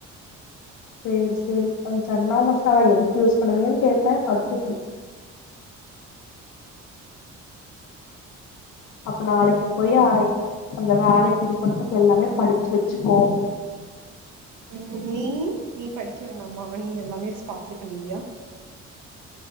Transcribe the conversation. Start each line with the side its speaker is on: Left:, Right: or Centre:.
Left: செரி செரி அந்த சன்னா மசாலா எதுக்கு யூஸ் பண்ணுவீங்கன்னு கேட்ட அதுக்குப்புடி அப்ப நாளைக்கு போய் ஆய் அந்த வேலைக்கு இது பண்றது எல்லாமே படிச்சு வெச்சுக்கோ
Right: ம் நீ நீ படிக்க வேண்டாமா நீ எல்லாமே ஸ்பாட்லே பண்ணிருவியா